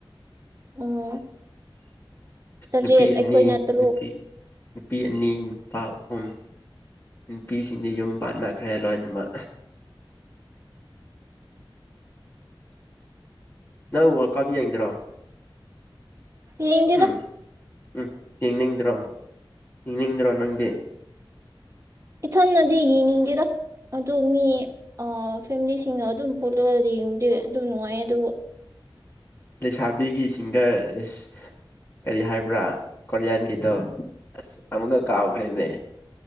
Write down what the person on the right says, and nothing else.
ꯑꯣ ꯇꯔꯦꯠ
ꯑꯩꯈꯣꯏꯅ ꯇꯔꯨꯛ
ꯌꯦꯡ
ꯏꯊꯟꯅꯗꯤ ꯌꯦꯅꯤꯡꯗꯦꯗ ꯑꯗꯣ ꯃꯤꯑꯥ ꯐꯦꯃꯤꯂꯤꯁꯤꯡꯅ ꯑꯗꯨꯝ ꯄꯨꯂꯒ ꯌꯦꯡꯉꯗꯤ ꯑꯗꯨꯝ ꯅꯨꯡꯉꯥꯏꯌꯦ ꯑꯗꯨꯕꯨ